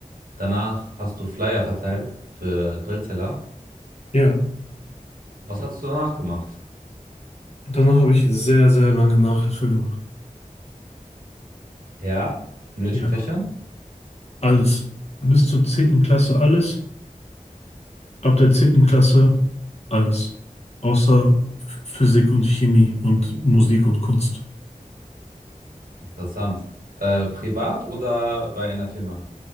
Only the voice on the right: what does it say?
Danach hast du Flyer verteilt für Grillteller.
Was hast du danach gemacht?
Ja, in welchen
Fächern?
Interessant. Äh, privat oder bei einer Firma?